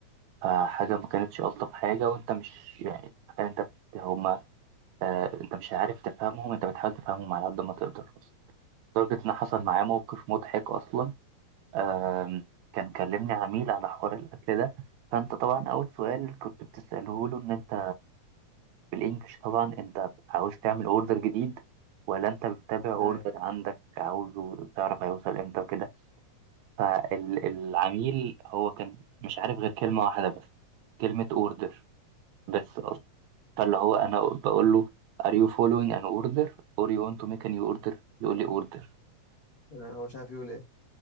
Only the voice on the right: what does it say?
فحاجة ما كانتش الطف حاجة وانت مش يعني تخيل انت بت- هما آه، انت مش عارف تفهمهم انت بتحاول تفهمهم على قد ما تقدر اصلا لدرجة ان حصل معايا موقف مضحك اصلا آم، كان كلمني عميل على حوار الأكل ده فأنت طبعا أول سؤال كنت بتسأله له إن أنت بالإنجلش طبعا أنت عاوز تعمل أوردر جديد ولا أنت بتتابع أوردر
عندك عاوزه تعرف هيوصل إمتى وكده فالعميل هو كان مش عارف غير كلمة واحدة بس كلمة أوردر بس أصلا فاللي هو أنا بقول له Are you following an order or you want to make a new order؟ يقول لي order